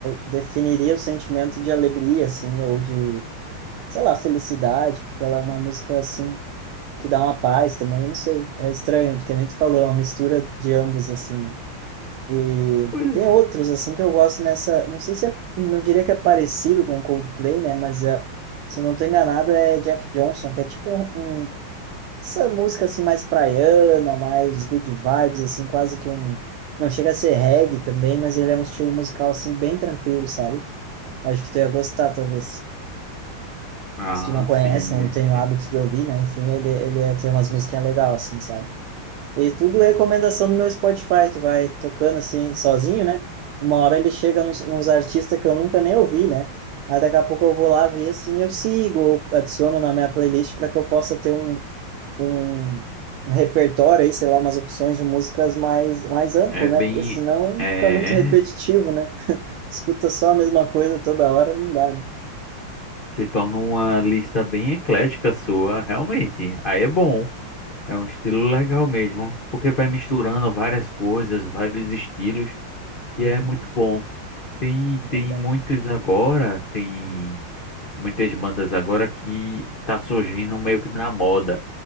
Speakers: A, on the right; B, on the left.
A: definiria o sentimento de alegria, assim, ou de, sei lá, felicidade, porque ela é uma música, assim, que dá uma paz também, não sei. É estranho, porque nem tu falou, é uma mistura de ambos, assim, né? E
B: pois
A: tem outros,
B: é.
A: assim, que eu gosto nessa, não sei se é, não diria que é parecido com Coldplay, né? Mas, é, se eu não tô enganado, é Jack Johnson, que é tipo um essa música assim mais praiana, mais good vibes, assim, quase que um. Não chega a ser reggae também, mas ele é um estilo musical assim bem tranquilo, sabe? Acho que tu ia gostar, talvez.
B: Ah,
A: Se tu não conhece,
B: sim,
A: né?
B: é,
A: Não tem o hábito
B: é
A: de ouvir, né? Enfim, ele, ele ia ter umas musiquinhas legais, assim, sabe? E tudo recomendação do meu Spotify, que vai tocando assim, sozinho, né? Uma hora ele chega nos, nos artistas que eu nunca nem ouvi, né? Aí daqui a pouco eu vou lá ver, assim, eu sigo, ou adiciono na minha playlist para que eu possa ter um, um, um repertório aí, sei lá, umas opções de músicas mais, mais amplo,
B: é bem,
A: né? Porque senão
B: é,
A: fica muito repetitivo, né? Escuta só a mesma coisa toda hora, não dá, né?
B: se torna uma lista bem eclética sua, realmente. Aí é bom. É um estilo legal mesmo, porque vai misturando várias coisas, vários estilos, e
A: Uhum,
B: é muito bom. Tem,
A: é verdade.
B: tem muitos agora, tem muitas bandas agora que tá surgindo meio que na moda,